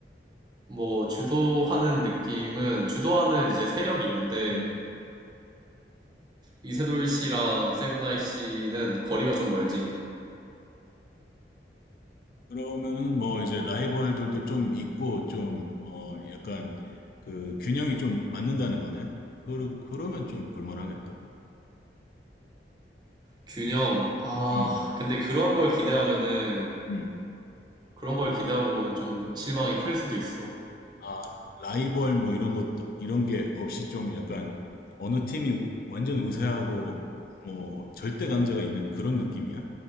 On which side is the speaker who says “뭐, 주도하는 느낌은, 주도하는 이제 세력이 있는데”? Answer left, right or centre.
Right